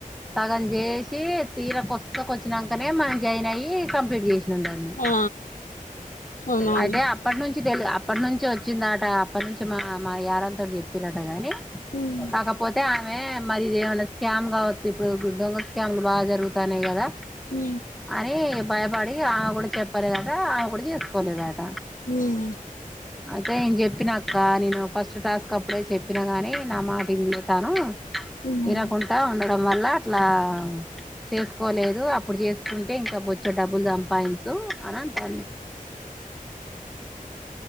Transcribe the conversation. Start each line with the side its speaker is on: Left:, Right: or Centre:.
Centre: సగం చేసి తీర కొస్సకొచ్చినంకనే మనం జాయిన్ అయ్యి కంప్లీట్ చేసినం దాన్ని
Left: ఆ అవునవును
Centre: అయితే అప్పట్ నుంచ్ చి తెలు అప్పట్ నుంచే వచ్చిందట అప్పట్నుంచే మా మా యారాల్తోటి చెప్పిన్రట గని
Left: ఉమ్,
Centre: కాకపోతే ఆమె మరి ఇదేమన్నా స్కామ్ కావచ్చు ఇప్పుడు దొంగ స్కామ్లు బాగా జరుగుతాన్నయి కదా
Left: మ్
Centre: అని ఇగ భయపడి ఆమె కూడా చెప్పలేదట ఆమె కూడా చేస్కోలేదట.
Left: ఉమ్,
Centre: అయితే నేన్ చెప్పినక్క నేను ఫస్ట్ టాస్క్ అప్పుడే చెప్పిన గాని నా మాట ఇన్లే తను
Left: ఉమ్,
Centre: ఇనకుంట ఉండడం వల్ల అట్లా చేస్కోలేదు. అప్పుడు చేస్కుంటే ఇంకా బొచ్చెడు డబ్బులు సంపాదించు అనం టాన్